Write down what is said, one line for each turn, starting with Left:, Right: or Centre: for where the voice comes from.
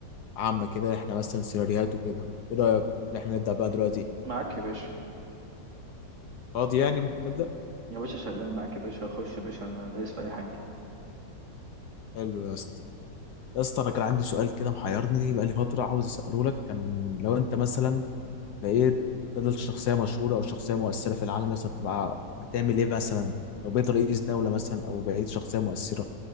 Left: عامة كده احنا مثلا سيناريوهات وكده ايه رأيك ان احنا نبدأ بقى دلوقتي
Right: معاك يا باشا
Left: فاضي يعني ممكن نبدأ
Right: يا باشا شغال معاك يا باشا خش يا باشا انا دايس في اي حاجه
Left: حلو يا اسطى يا اسطى انا كان عندي سؤال كده محيرني بقالي فترة عاوز اسأله لك كان لو انت مثلا بقيت بدل شخصية مشهورة أو شخصية مؤثرة في العالم مثلا تبقى هتعمل إيه مثلا لو بقيت رئيس دولة مثلا أو بقيت شخصية مؤثرة